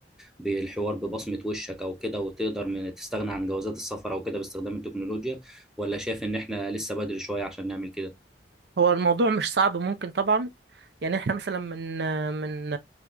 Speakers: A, in the centre; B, on the right.
A: بالحوار ببصمة وشك او كده وتقدر من تستغنى عن جوازات السفر او كده باستخدام التكنولوجيا ولا شايف ان احنا لسه بدري شوية عشان نعمل كده
B: هو الموضوع مش صعب ممكن طبعا يعني احنا مثلا من من